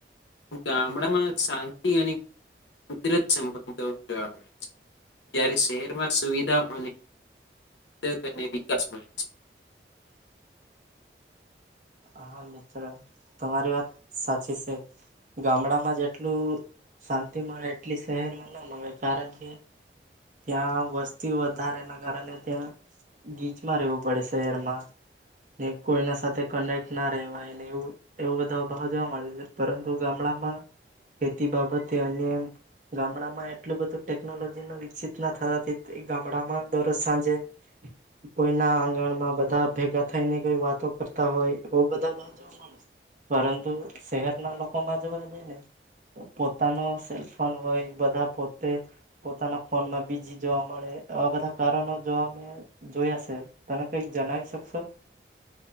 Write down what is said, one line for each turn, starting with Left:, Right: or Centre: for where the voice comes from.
Left: ગામડામાં શાંતિ અને કુદરત સંબંધો જોવા મળે છે જ્યારે શહેરમાં સુવિધા અને ઉદ્યોગ અને વિકાસ મળે છે
Right: હા મિત્ર તમારી વાત સાચી છે ગામડામાં જેટલું શાંતિ મળે એટલી શહેરમાં ના કારણ કે ત્યાં વસ્તી વધારેના કારણે ત્યાં ગીચમાં રહેવું પડે શહેરમાં ને કોઈના સાથે કનેક્ટ ના રહેવાય એવુ બધા ભાવ જોવા મળે છે પરંતુ ગામડામાં ખેતી બાબતે અન્ય ગામડામાં એટલું બધું ટેકનોલોજી ન વિકસિત ના થવાથી ગામડામાં દરજ સાંજે કોઈના આંગણમાં બધા ભેગા થઈને કોઈ વાતો કરતા હોય એ બધા જોવા મળે પરંતુ શહેરના લોકોમાં જોવા જઈ ને પોતાનો સેલફોન હોય બધા પોતે પોતાના ફોનમાં બીજી જોવા મળે આવા બધા કારણો જોવામે જોયા છે તમે કઈક જણાવી શકશો